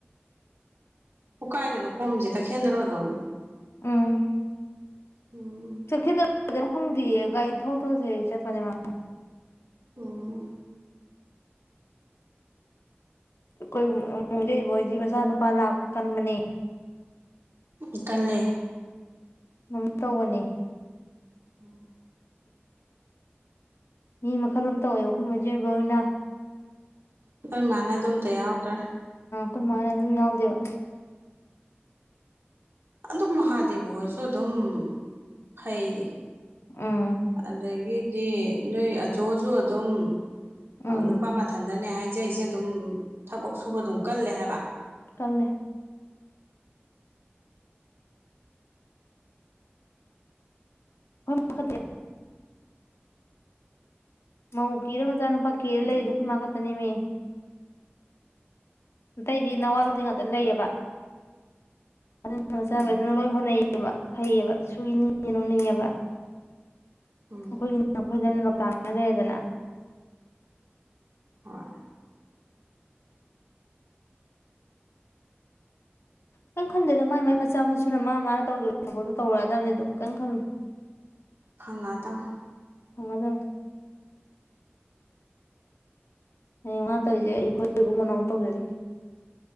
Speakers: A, on the right; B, on the left.
A: ꯑꯣ ꯀꯥꯏꯗꯅ ꯈꯣꯝꯃꯤꯖꯦ ꯇꯈꯦꯟꯗꯔꯣ ꯑꯗꯨꯝ
B: ꯎꯝ
A: ꯎꯝ
B: <unintelligible> ꯈꯪꯗꯤꯌꯦ ꯒꯥꯔꯤ ꯊꯧ ꯊꯧ ꯁꯦ ꯆꯠꯄꯅꯦ ꯃꯥ
A: ꯑꯣ
B: ꯑꯩꯈꯣꯏ ꯃꯨꯖꯩꯕꯣꯏꯗꯤ ꯃꯆꯥꯅꯨꯄꯥ ꯂꯥꯛꯄ ꯀꯟꯕꯅꯦ
A: ꯑ ꯀꯜꯂꯦ
B: ꯑꯗꯨꯝ ꯇꯧꯕꯅꯤ
A: ꯎꯝ
B: ꯃꯤ ꯃꯈꯜ ꯑꯃ ꯇꯧꯋꯦꯕ ꯑꯩꯈꯣꯏ ꯃꯣꯏꯆꯦꯕ ꯍꯣꯏꯅ
A: ꯑꯩꯈꯣꯏ ꯃꯥꯅ ꯑꯗꯨꯝꯇ ꯌꯥꯎꯗꯔꯦ
B: ꯑꯈꯣꯏ ꯃꯥꯅ ꯑꯗꯨ ꯌꯥꯎꯗꯦꯕ
A: ꯑꯗꯨꯝ ꯃꯍꯥꯗꯦꯕ ꯍꯣꯏꯁꯨ ꯑꯗꯨꯝ ꯐꯩꯗꯤ
B: ꯎꯝ
A: ꯑꯗꯒꯤꯗꯤ ꯅꯣꯏ ꯑꯖꯣꯖꯨ ꯑꯗꯨꯝ ꯑ
B: ꯎꯝ
A: ꯅꯨꯄꯥ ꯃꯊꯟꯗꯅꯦ ꯍꯥꯏꯖꯩꯖꯦ ꯑꯗꯨꯝ ꯊꯕꯛ ꯁꯨꯕ ꯑꯗꯨꯝ ꯀꯜꯂꯦ ꯍꯥꯏꯕ
B: ꯀꯟꯂꯦ ꯍꯗ <inaudible> ꯃꯧ ꯀꯤꯔ ꯃꯆꯥꯅꯨꯄꯥ ꯀꯤꯔ
A: ꯎꯝ
B: ꯂꯩꯖꯦ ꯑꯈꯣꯏꯃꯥ ꯈꯛꯇꯅꯦꯃꯤ ꯑꯇꯩꯗꯤ
A: ꯎꯝ
B: ꯅꯋꯥ ꯂꯧꯗꯦ ꯉꯥꯛꯇ ꯂꯩꯌꯦꯕ ꯑꯗꯨꯅ ꯃꯆꯥꯈꯩꯗꯨꯅ
A: ꯎꯝ
B: ꯂꯣꯏ ꯍꯣꯠꯅꯩꯕ ꯐꯩꯌꯦꯕ ꯁꯨꯅꯤꯡꯉꯦ ꯅꯣꯝꯅꯤꯡꯉꯦꯕ
A: ꯎꯝ
B: ꯑꯩꯈꯣꯏꯒꯤꯅ ꯅꯈꯣꯏꯗꯅ ꯂꯧꯇꯥꯅ ꯂꯩꯔꯦꯗꯅ
A: ꯍꯣꯏ
B: ꯀꯦꯝ ꯈꯟꯗꯦꯗ ꯃꯥꯏ ꯃꯥꯏ ꯃꯆꯥ ꯃꯁꯨꯅ ꯃꯥ ꯃꯥꯅ ꯇꯧꯒꯤꯕ ꯊꯕꯛꯇꯣ ꯇꯧꯔꯛꯑꯗꯕꯅꯤ ꯑꯗꯨꯝ ꯀꯦꯝ ꯈꯟꯂꯨꯅꯨ
A: ꯐꯪꯉꯗꯕꯅꯤ
B: ꯐꯪꯉꯗꯕꯅꯤ ꯍꯌꯦꯡ ꯃꯥ ꯇꯧꯔꯤꯁꯦ ꯑꯩꯈꯣꯏ ꯏꯕꯨꯡꯉꯣꯅ ꯃꯨꯛ ꯇꯧꯖꯔꯥꯖꯅꯤ